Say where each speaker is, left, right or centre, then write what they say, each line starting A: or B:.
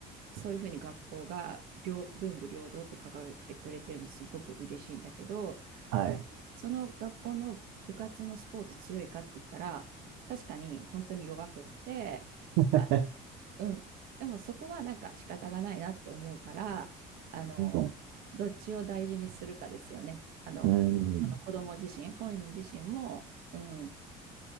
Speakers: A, on the right; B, on the right.
A: そういうふうに学校が両文武両道って掲げてくれてるのすごく嬉しいんだけど、
B: はい。
A: その学校の部活のスポーツ強いかって言ったら、確かに本当に弱くって、
B: <laughs>
A: あうん。でもそこはなんか仕方がないなって思うから、あの、
B: う
A: どっちを大事にするかですよね。あの、
B: ん。
A: あの子供自身、本人自身も、うん、